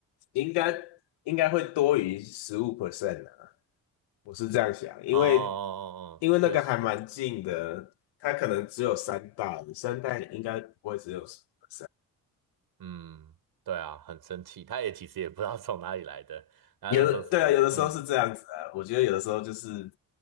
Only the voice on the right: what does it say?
哦哦哦哦，
确实，
嗯，对啊，很生气，他也其实也不知道从哪里来的，然后那时候只是嗯。